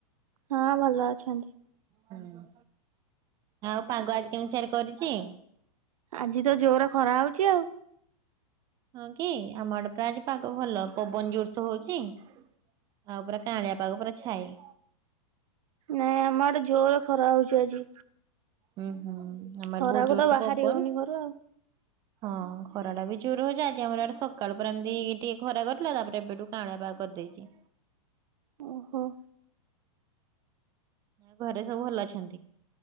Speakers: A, on the right (about 75°); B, on the right (about 20°).
A: ହଁ ଭଲ ଅଛନ୍ତି।
B: ହୁଁ ଆଉ ପାଗ ଆଜି କେମିତି ସେଆରେ କରିଛି?
A: ଆଜି ତ ଜୋର ଖରା ହଉଛି ଆଉ
B: ହଁ କି ଆମ ଆଡେ ପୁରା ଆଜି ପାଗ ଭଲ ପବନ ଜୋରସେ ହଉଛି ଆଉ ପୁରା କାଁଳିଆ ପାଗ ପୁରା ଛାଇ
A: ନାଇଁ ଆମର ଜୋର ଖରା ହେଉଛି ଆଜି।
B: ହୁଁ ହୁଁ ଆମର
A: ଖରାକୁ
B: ଭୁଜୁର
A: ତ
B: ସେ
A: ବାହାରି
B: ପବନ
A: ହଉନି ଘରୁ ଆଉ।
B: ହଁ ଖରା ଟା ବି ଜୋର ହଉଛି ଆଜି ଆମର ଆଡେ ସକାଳୁ ପୁର ଏମିତି ଟିକେ ଖରା କରିଦଥିଲା ତାପରେ ଏବେଠୁ କାଁଳିଆ କରିଦେଇଛି।
A: ଓହୋ
B: ଆ ଘରେ ସବୁ ଭଲ ଅଛନ୍ତି।